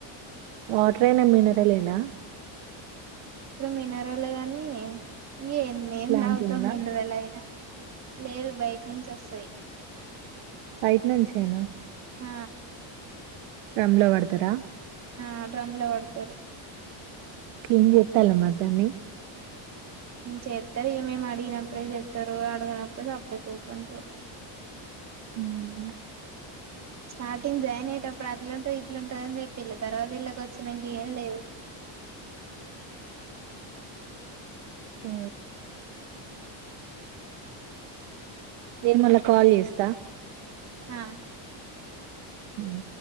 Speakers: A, on the right; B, on the right.
A: వాటర్ అయినా మినరల్ ఏనా
B: మినరల్ గాని ఇగ ఏం
A: ప్లాంట్
B: తాగుతాము
A: ఉందా
B: మినరల్ అయినా లేదు బయట నుంచి వస్తాయి
A: బైట్నుంచే నా
B: ఆ
A: డ్రమ్లో పడతారా
B: ఆ డ్రమ్ లో పడతారు
A: క్లీన్ చేతల్ల మరి దాన్ని
B: చేతారు ఈ మేం అడిగినప్పుడే చేతారు అడగనప్పుడు సప్పుడేకా ఉకుంటరు
A: హ
B: స్టార్టింగ్ జాయిన్ అయ్యేటప్పుడు అట్లుంటుంది ఇట్లుంటుంది అని చెప్పిళ తర్వాత ఇల్లకి వచ్చినంక ఏం లేదు
A: హ నేను మళ్ళా కాల్ చేస్తా
B: ఆ
A: హ